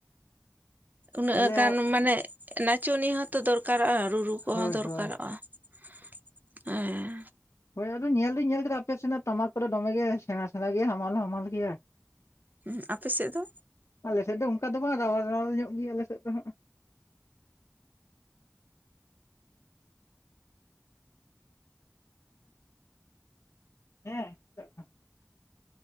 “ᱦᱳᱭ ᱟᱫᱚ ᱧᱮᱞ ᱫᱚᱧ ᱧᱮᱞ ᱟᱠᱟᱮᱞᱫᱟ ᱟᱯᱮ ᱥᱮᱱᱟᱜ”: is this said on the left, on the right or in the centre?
Left